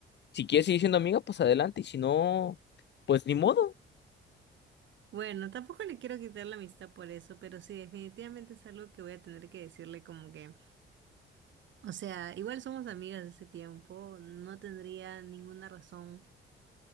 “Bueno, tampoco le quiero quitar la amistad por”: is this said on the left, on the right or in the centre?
Right